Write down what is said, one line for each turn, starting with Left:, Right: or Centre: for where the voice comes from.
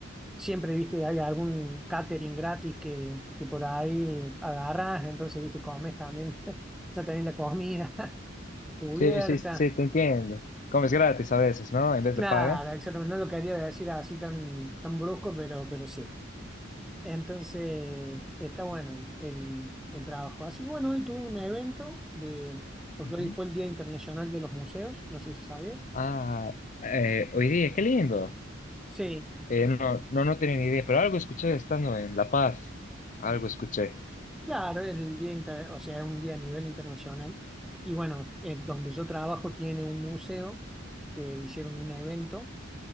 Centre: siempre, viste, hay algún catering gratis que, que por ahí agarras, entonces, viste, comes también, <laughs> ya tenés la comida <laughs> cubierta.
Left: Sí, sí, sí, te entiendo. Comes gratis a veces, ¿no? En vez
Centre: Claro,
Left: de paga.
Centre: exactamente, no lo quería decir así tan, tan brusco, pero, pero sí. Entonces, está bueno el, el, el trabajo. Así que bueno, hoy tuve un evento de, porque
Left: Ujú.
Centre: hoy fue el Día Internacional de los Museos, no sé si sabías.
Left: Ah, eh, hoy día, qué lindo.
Centre: Sí,
Left: Eh, no, no, no tenía ni idea, pero algo escuché estando en La Paz. Algo escuché.
Centre: Claro, es el día, inter- o sea, es un día a nivel internacional. Y bueno, eh, donde yo trabajo tiene un museo que hicieron un evento